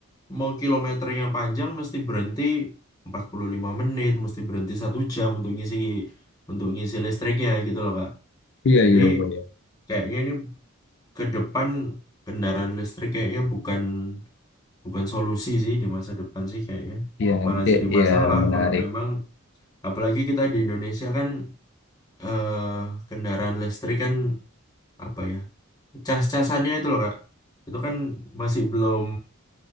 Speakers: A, on the left; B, on the left.
A: mau kilometernya panjang mesti berhenti 45 menit, mesti berhenti satu jam untuk ngisi untuk ngisi listriknya gitu loh Kak.
B: iya
A: Jadi
B: iya iya iya
A: kayaknya ini ke depan kendaraan listrik kayaknya bukan bukan solusi sih di masa depan sih kayaknya.
B: Iya, nanti
A: Malah jadi
B: ya
A: masalah
B: menarik.
A: kalau memang apalagi kita di Indonesia kan eh, kendaraan listrik kan apa ya? Cas-casannya itu loh Kak. Itu kan masih belum